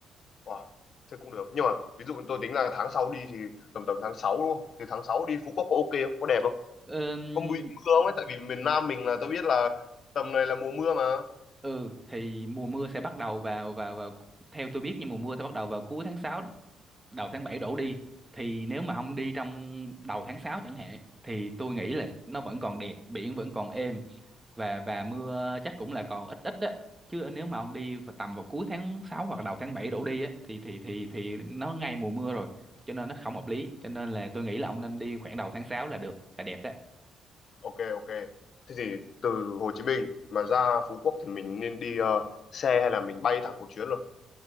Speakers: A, on the left; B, on the right.
A: Wow, thế cũng được. Nhưng mà ví dụ tôi tính là tháng sau đi thì tầm tầm tháng 6 đúng không? Thì tháng 6 đi Phú Quốc có ok không? Có đẹp không?
B: Ừm,
A: Có bị mưa không ấy? Tại vì miền Nam mình là tôi biết là tầm này là mùa mưa mà.
B: ừ thì mùa mưa sẽ bắt đầu vào vào vào theo tôi biết nhưng mùa mưa sẽ bắt đầu vào cuối tháng 6, đầu tháng 7 đổ đi thì nếu mà ông đi trong đầu tháng 6 chẳng hạn thì tôi nghĩ là nó vẫn còn đẹp biển vẫn còn êm và và mưa chắc cũng là còn ít ít đó chứ nếu mà ông đi vào tầm vào cuối tháng 6 hoặc đầu tháng 7 đổ đi á thì thì thì thì nó ngay mùa mưa rồi cho nên nó không hợp lý cho nên là tôi nghĩ là ông nên đi khoảng đầu tháng 6 là được là đẹp đó
A: Ok, ok. Thế thì từ Hồ Chí Minh mà ra Phú Quốc thì mình nên đi ờ, xe hay là mình bay thẳng một chuyến luôn?